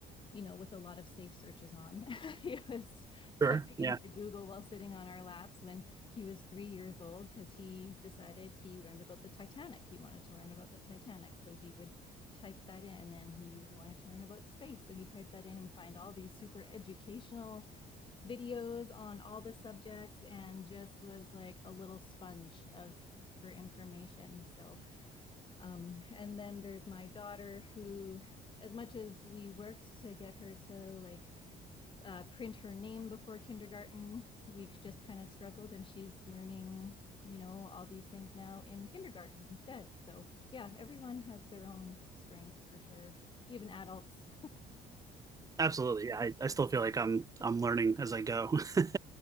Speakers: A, on the left; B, on the right.
A: you know, with a lot of safe searches on. <laughs> he was typing
B: sure
A: into
B: yeah
A: Google while sitting on our laps when he was three years old because he decided he learned about the Titanic. He wanted to learn about the Titanic. So he would type that in and he wanted to learn about space. So he typed that in and find all these super educational videos on all the subjects and just was like a little sponge of for information. So um, and then there's my daughter who as much as we worked to get her to like uh, print her name before kindergarten, we just kind of struggled, and she's learning, you know, all these things now in kindergarten instead. So yeah, everyone has their own strengths for sure, even adults.
B: Absolutely. Yeah, I, I still feel like I'm I'm learning as I go. <laughs>